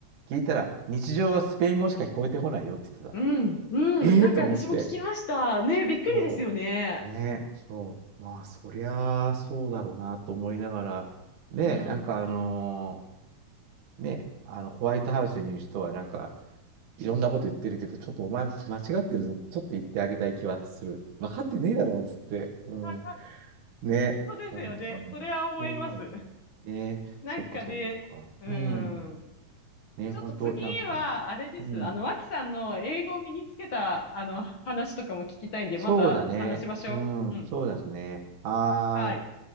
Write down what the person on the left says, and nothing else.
うん、うん。
なんか私も聞きました。ね、びっくりですよね。
うん。
うんうん
あ、
本当ですよね。
それは思います。
なんかね、
うん。
ちょっと次は、
あれです。
あの、脇さんの英語を身につけた、あの、話とかも聞きたいんで、
また話しましょう。
うん。
はい。